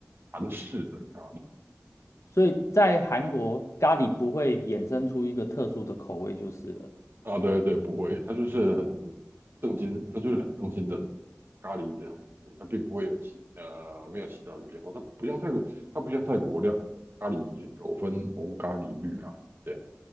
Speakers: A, on the right (about 45°); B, on the left (about 70°).
A: 韩式的咖喱。
B: 所以在韩国咖喱不会衍生出一个特殊的口味就是了。
A: 啊，对对，不会，它就是很正经，它就是很正经的咖喱这样子而已，它并不会有其呃没有其他的变化，它不像泰国，它不像泰国料咖喱有分红咖喱、绿咖喱这样，